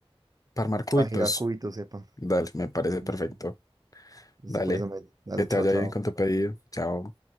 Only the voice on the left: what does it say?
Para armar cubitos,
dale, me parece
perfecto.
Dale,
que
te vaya
bien con tu pedido. Chao.